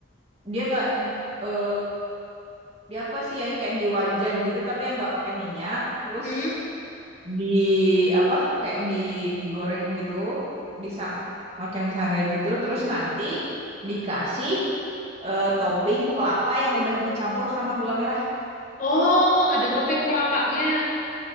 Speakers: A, on the right; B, on the left.
A: dia nggak eh, dia apa sih ya kayak di wajan gitu tapi yang nggak pakai minyak terus
B: Hmm.
A: di apa kayak di digoreng gitu disang macam disangrai gitu terus nanti dikasih eh, topping kelapa yang udah dicampur sama gula merah
B: Oh, ada topeng kelapanya.